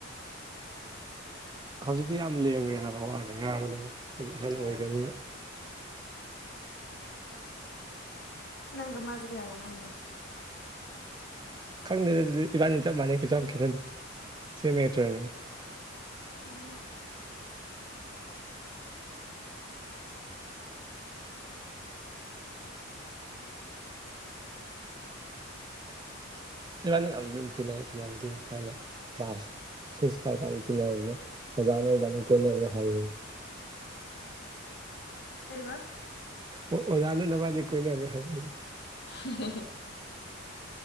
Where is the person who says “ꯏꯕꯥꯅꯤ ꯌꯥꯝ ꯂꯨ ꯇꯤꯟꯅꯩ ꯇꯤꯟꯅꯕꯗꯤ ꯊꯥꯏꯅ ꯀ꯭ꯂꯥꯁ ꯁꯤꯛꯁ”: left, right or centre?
Right